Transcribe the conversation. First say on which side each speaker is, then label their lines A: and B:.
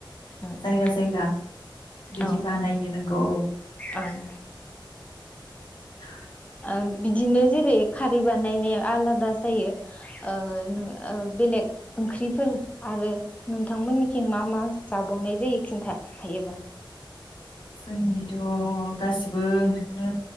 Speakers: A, on the left; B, on the left.
A: औ
B: जायगा जायगा बिदि
A: ओं
B: बानायो नोंगौ औ।
A: ओं।
B: <inaudible>
A: ओ बिदिनो जेरै- खारै बानायनाया आलादा जायो। ओ नो बेलेग ओंख्रिफोर आरो नोंथांमोननिखि मा मा जाब बावनाय जायो खिन्था हायोबा।
B: जोंनिखिथ' गासिबो ओंख्रिखौनो